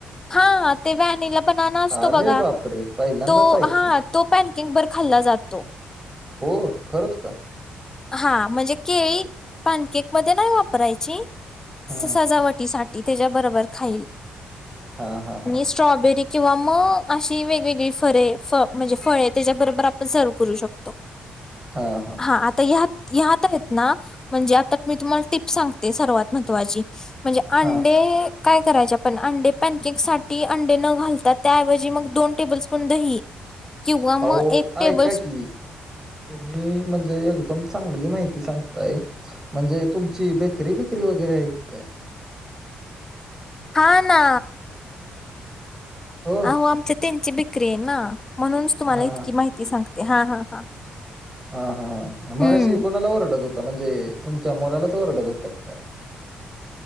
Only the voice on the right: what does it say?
अरे
बापरे पहिल्यांदाच
ऐकलं
हो खरंच का
हा
हा हा हा
हा हा
हा
अहो
ऐका
की तुम्ही म्हणजे एकदम चांगली माहिती सांगताय म्हणजे तुमची बेकरी बेकरी वगैरे एक काय
हो
हा
हा हा
मग अशी कुणाला ओरडत होता म्हणजे तुमच्या मुलाला तर रडत होतात काय